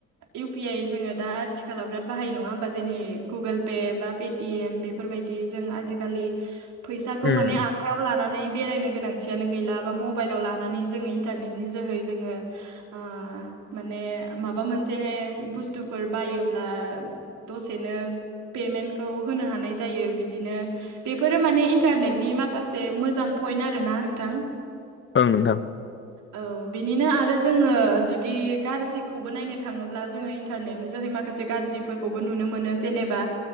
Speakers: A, on the right (about 80°); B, on the left (about 40°).
A: इउ पि आइ जोङो दा आथिखालाव बिराद बाहायायो नङा होमबा जोंनि गुगोल पे बा पे टि एम बेफोरबायदि जों आजिखालि फैसाखौ
B: उम
A: माने आखायाव लानानै बेरायनो गोनांथियानो गैला। बा मबाइलाव लानानै जोङो इन्टारनेटनि जोहै जोङो ओ माने माबा मोनसे बुस्थुफोर बायोब्ला दसेनो पेमेन्टखौ होनो हानाय जायो बिदिनो बेफोरो माने इन्टारनेटनि माखासे मोजां पइन्ट आरो ना नोंथां।
B: ओं नोंथां।
A: औ बेनिनो आरो जोङो जुदि गाज्रिखौबो नायनो थाङोब्ला जोङो इन्टारनेटनि जोहै माखासे गाज्रिफोरखौबो नुनो मोनो जेनेबा